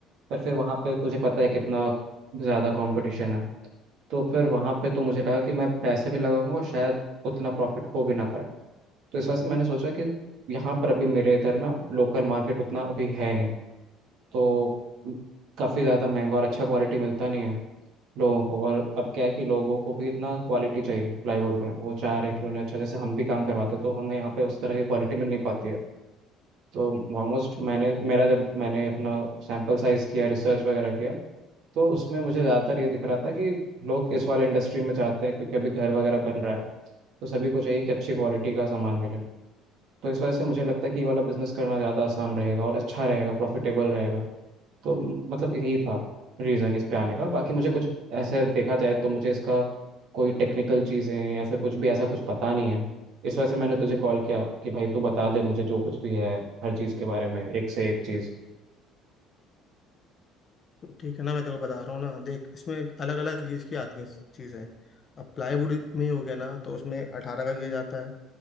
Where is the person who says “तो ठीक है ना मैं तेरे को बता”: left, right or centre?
Left